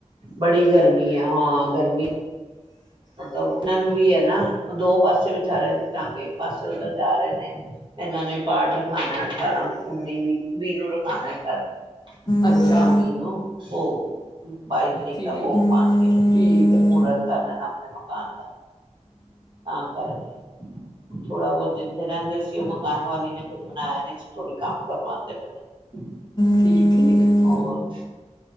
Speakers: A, on the right (about 40°); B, on the left (about 35°).
A: ਬੜੀ ਗਰਮੀ ਆ ਹਾਂ ਗਰਮੀ ਪਤਾ ਓਹਨਾ ਨੂੰ ਵੀ ਹੈ ਨਾ ਦੋ ਪਾਸੇ ਵਿਚਾਰਿਆਂ ਦੀ ਟੰਗ ਇੱਕ ਪਾਸੇ ਉੱਧਰ ਜਾ ਰਹੇ ਨੇ ਇਹਨਾਂ ਨੇ ਪਾਠ ਰਖਾਉਣਾ ਅਠਾਰਾਂ ਉੱਨੀ ਵੀਹ ਵੀਹ ਨੂੰ ਰਖਾਉਣਾ ਸ਼ਾਇਦ ਉੱਨੀ
B: ਅੱਛਾ
A: ਯਾਂ ਵੀਹ ਨੂੰ ਭੋਗ ਬਾਈ ਤਰੀਕ
B: ਠੀਕ
A: ਦਾ ਭੋਗ ਪਾਉਣਗੇ
B: ਠੀਕ ਹੈ
A: <unintelligible> ਮਕਾਨ ਦਾ ਤਾਂ ਕਰਕੇ ਥੋੜਾ ਬਹੁਤ ਜਿੱਥੇ ਰਹਿੰਦੇ ਸੀ ਉਹ ਮਕਾਨ ਵਾਲੀ ਨੇ ਕੁੱਝ ਬਣਾਇਆ ਨਹੀਂ ਸੀ ਥੋੜੀ ਕੰਮ ਕਰਵਾਉਂਦੇ ਪਣੇ
B: ਠੀਕ ਠੀਕ
A: ਹੋਰ